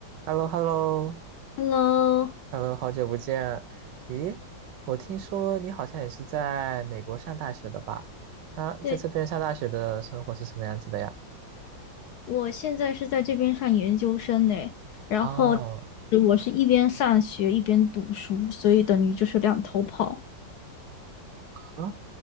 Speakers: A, on the right; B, on the left.
A: h e l l o h e l l o
B: Hello，
A: h e l l o 好久不见。咦，我听说你好像也是在美国上大学的吧？那在这边上大学的生活是什么样子的呀？
B: 对，我现在是在这边上研究生呢，然后
A: 哦，
B: 我是一边上学一边读书，所以等于就是两头跑。
A: 啊，